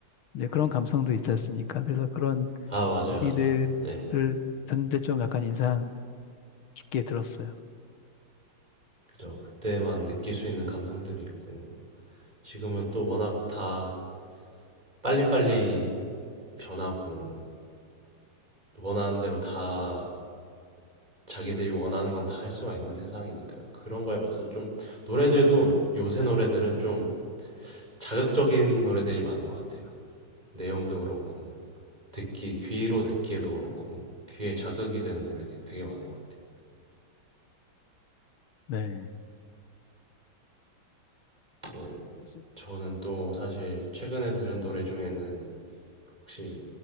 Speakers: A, on the left; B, on the right.
A: 이제 그런 감성도 있지 않습니까? 그래서 그런
B: 아, 맞아요,
A: 얘기들을
B: 맞아요. 네,
A: 듣는데 좀 약간 인상 깊게 들었어요.
B: 그죠. 그때만 느낄 수 있는 감성들이 있고, 지금은 또 워낙 다 빨리빨리 변하고, 원하는 대로 다 자기들이 원하는 건 다 할 수가 있는 세상이니까요. 그런 거에 맞춰서 좀, 노래들도 요새 노래들은 좀 자극적인 노래들이 많은 것 같아요. 내용도 그렇고, 듣기, 귀로 듣기에도 그렇고, 귀에 자극이 되는 노래들이 되게 많은 것 같아요.
A: 네.
B: 또,
A: 그래서
B: 저는 또 사실 최근에 들은 노래 중에는 혹시